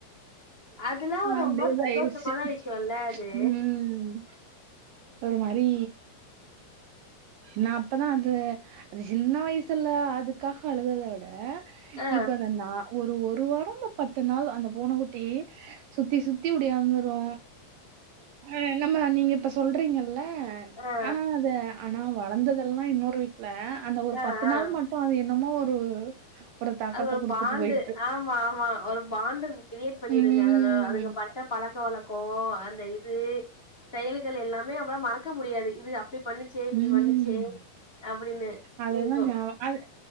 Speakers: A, on the left (about 20°); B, on the right (about 75°).
A: அதெல்லாம் ஒரு
B: அப்டியே
A: ரொம்ப
B: இதாயிருச்சு
A: சந்தோஷமான விஷயம்ல அது.
B: ம் ஒரு மாரி நா அப்பதா அந்த அது சின்ன வயசுல்ல அதுக்காக அழுதுத விட
A: ஆ,
B: இப்பதா நா ஒரு ஒரு வாரம் பத்து பத்து நாள் அந்த பூன குட்டி சுத்தி சுத்தி உடியாந்துரு ஆ நம்ம நீங்க இப்ப சொல்றீங்கல்ல
A: ஆ,
B: ஆனா அத ஆனா வளந்ததெல்லா இன்னொரு வீட்ல அந்த ஒரு
A: ஆ,
B: பத்து நாள்
A: ஆ.
B: மட்டு அது என்னமோ ஒரு தாக்கத்த
A: அது ஒரு
B: குடுத்துட்டு
A: பாண்டு
B: போயிட்டு.
A: ஆமா ஆமா ஒரு பாண்டுங்க கிரியேட் பண்ணிருங்க
B: ம்.
A: அது அதுங்க பண்ற பழக்க வழக்கோ அந்த இது செயல்கள் எல்லாமே நம்மளா மறக்க முடியாது இது இப்டி பண்ணுச்சே இப்டி
B: ம்.
A: பண்ணுச்சே அப்டின்னு
B: அதெல்லாம்
A: இருக்கு
B: ஞாபகம் அது